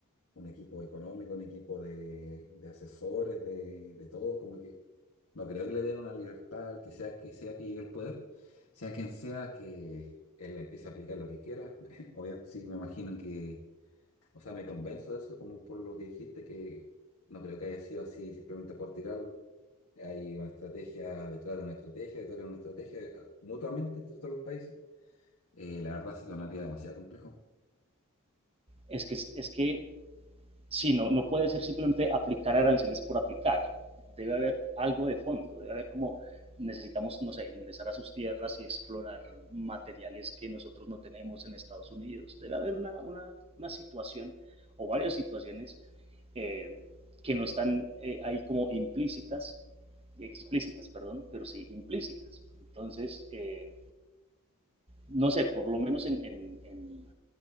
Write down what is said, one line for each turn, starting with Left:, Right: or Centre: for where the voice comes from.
Left: un equipo económico, un equipo de asesores, de, de todo, como que no creo que le den una libertad al que sea que sea que llegue al poder, sea quien sea que él empiece a aplicar lo que quiera. <laughs> Obviamente, sí, me imagino que, o sea, me convenzo de eso como por lo que dijiste que No creo que haya sido así simplemente por tirarlo. Hay una estrategia detrás de una estrategia, detrás de una estrategia, eh, mutuamente entre todos los países. Eh, la verdad se tornaría demasiado complejo.
Right: Es que, es que sí, no, no puede ser simplemente aplicar aranceles por aplicar. Debe haber algo de fondo, debe haber como necesitamos, no sé, ingresar a sus tierras y explorar materiales que nosotros no tenemos en Estados Unidos. Debe haber una, una, una situación o varias situaciones eh, que no están eh, ahí como implícitas, explícitas, perdón, pero sí implícitas. Entonces, eh, no sé, por lo menos en, en, en